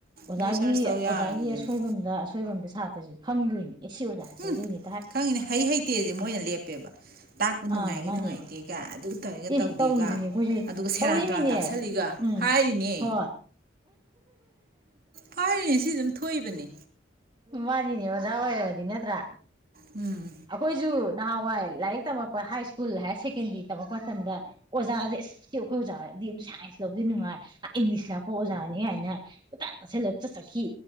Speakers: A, on the right; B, on the right.
A: ꯑꯣꯖꯥꯒꯤ
B: ꯂꯣꯏ ꯁꯔꯁ ꯇꯧ ꯌꯥꯔꯕꯅꯦꯕ
A: ꯑꯣꯖꯥꯒꯤ ꯑꯁꯣꯏꯕꯝꯗ ꯑꯁꯣꯏꯕꯝꯗ ꯁꯥꯇ꯭ꯔꯁꯤ ꯐꯪꯗ꯭ꯔꯤ ꯏꯁ ꯁꯤ ꯑꯣꯖꯥꯁꯤ
B: ꯎꯝ
A: ꯑꯗꯨꯅꯤ
B: ꯈꯪꯉꯤꯅꯦ ꯍꯩ ꯍꯩꯇꯦꯁꯦ ꯃꯣꯏꯅ ꯂꯦꯞꯄꯦꯕ ꯇꯥꯛꯄ ꯅꯨꯡꯉꯥꯏꯒ
A: ꯑꯥ ꯃꯥꯅꯦ
B: ꯅꯨꯡꯉꯥꯏꯇꯦꯒ ꯑꯗꯨ ꯇꯧꯔꯒ
A: ꯑꯦ
B: ꯇꯧꯗꯦꯒ
A: ꯇꯧꯔꯤꯗꯨꯅꯦ ꯑꯩꯈꯣꯏꯁꯨ
B: ꯑꯗꯨꯒ ꯁꯦꯔꯥꯟ
A: ꯇꯧꯔꯤꯃꯤꯅꯦ
B: ꯇꯨꯔꯥꯟ ꯇꯥꯛꯁꯜꯂꯤꯒ
A: ꯎꯝ
B: ꯍꯥꯏꯔꯤꯅꯦ
A: ꯍꯣꯏ
B: ꯍꯥꯏꯔꯤꯅꯦ ꯁꯤ ꯑꯗꯨꯝ ꯊꯣꯛꯏꯕꯅꯤ
A: ꯃꯥꯅꯤꯅꯦ ꯑꯣꯖꯥ ꯑꯣꯏꯔꯗꯤ ꯅꯠꯇ꯭ꯔꯥ
B: ꯎꯝ
A: ꯑꯈꯣꯏꯁꯨ ꯅꯍꯥꯟꯋꯥꯏ ꯂꯥꯏꯔꯤꯛ ꯇꯝꯃꯛꯛꯄ ꯍꯥꯏ ꯁ꯭ꯀꯨꯜ ꯍꯥꯏꯔ ꯁꯦꯀꯦꯟꯗꯔꯤ ꯇꯝꯃꯛꯄ ꯃꯇꯝꯗ ꯑꯣꯖꯥꯁꯦ ꯑꯁ ꯑꯩꯈꯣꯏ ꯑꯣꯖꯥꯗꯤ ꯑꯗꯨꯝ ꯁꯥꯏꯟꯁ ꯂꯧꯕꯗꯤ ꯅꯨꯡꯉꯥꯏ ꯑ ꯏꯪꯂꯤꯁ ꯂꯥꯛꯄ ꯑꯣꯖꯥꯅꯤ ꯀꯥꯏꯅꯇꯥ ꯁꯦꯂꯦꯞꯇ ꯆꯠꯈꯤ